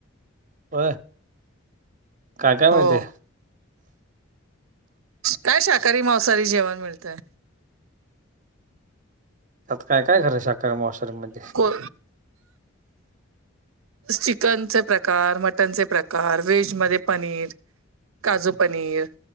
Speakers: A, on the right; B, on the right.
A: होय. काय, काय मिळते?
B: हो काय, शाकाहारी- मांसाहारी जेवण मिळतय.
A: त्यात, काय- काय खरं शाकाहारी मांसाहारी म
B: को चिकनचे प्रकार, मटनचे प्रकार. व्हेज मध्ये पनीर. काजू पनीर.